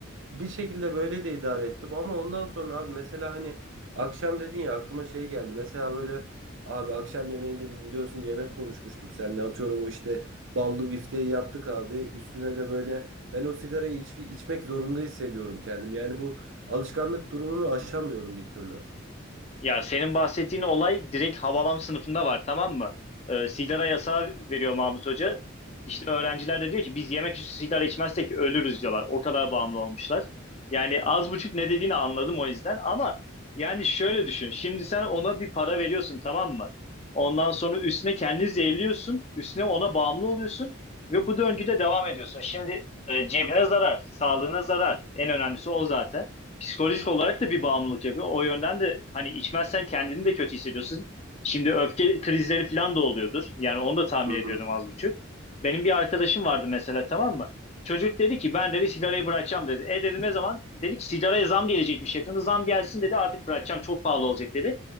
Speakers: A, on the right (about 70°); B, on the left (about 30°).
A: Bir şekilde böyle de idare ettim ama ondan sonra abi mesela hani akşam dedin ya aklıma şey geldi. Mesela böyle abi akşam yemeğinde biz biliyorsun yemek konuşmuştuk seninle atıyorum o işte ballı bifteyi yaptık abi. Üstüne de böyle ben o sigarayı iç- içmek zorunda hissediyorum kendim. Yani bu alışkanlık durumunu aşamıyorum bir türlü.
B: Ya senin bahsettiğin olay direkt Havalam sınıfında var tamam mı? Ee, sigara yasağı veriyor Mahmut Hoca. İşte öğrenciler de diyor ki biz yemek üstü sigara içmezsek ölürüz diyorlar. O kadar bağımlı olmuşlar. Yani az buçuk ne dediğini anladım o yüzden. Ama yani şöyle düşün. Şimdi sen ona bir para veriyorsun tamam mı? Ondan sonra üstüne kendini zehirliyorsun. Üstüne ona bağımlı oluyorsun. Ve bu döngüde devam ediyorsun. Şimdi e, cebine zarar, sağlığına zarar. En önemlisi o zaten psikolojik olarak da bir bağımlılık yapıyor. O yönden de hani içmezsen kendini de kötü hissediyorsun. Şimdi öfke krizleri falan da oluyordur. Yani onu da tahmin
A: Hı hı.
B: ediyorum az buçuk. Benim bir arkadaşım vardı mesela tamam mı? Çocuk dedi ki ben dedi sigarayı bırakacağım dedi. E dedim ne zaman? Dedi ki sigaraya zam gelecekmiş yakında. Zam gelsin dedi artık bırakacağım çok pahalı olacak dedi.